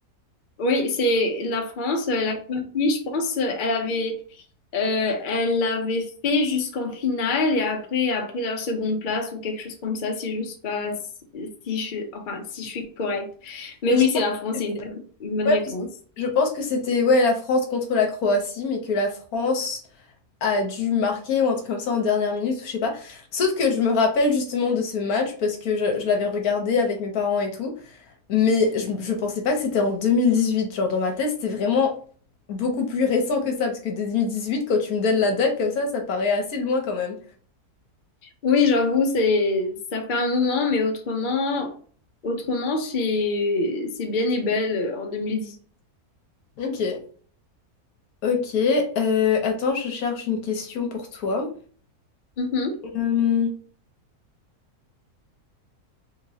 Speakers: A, on the left; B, on the left.
A: Oui, c'est la France. Euh, La Croatie, je pense, euh, elle avait, euh, elle l'avait fait jusqu'en finale et après a pris leur seconde place ou quelque chose comme ça, si je suis pas, si, si je, suis- enfin, si je suis correcte. Mais
B: Mais
A: oui,
B: je
A: c'est
B: pense
A: la
B: que
A: France,
B: c'était-
A: c'est une bonne une bonne
B: ouais,
A: réponse.
B: parce que je pense que c'était ouais, la France contre la Croatie, mais que la France a dû marquer ou un truc comme ça en dernière minute, ou je sais pas. Sauf que je me rappelle justement de ce match parce que je, je l'avais regardé avec mes parents et tout, mais je, je pensais pas que c'était en 2018. Genre dans ma tête, c'était vraiment beaucoup plus récent que ça parce que 2018, quand tu me donnes la date comme ça, ça paraît assez loin quand même.
A: Oui, j'avoue, c'est ça fait un moment, mais autrement, autrement, c'est c'est bien et belle euh, en 2018.
B: Ok. Ok, euh, attends, je cherche une question pour toi.
A: Mhm.
B: Euh,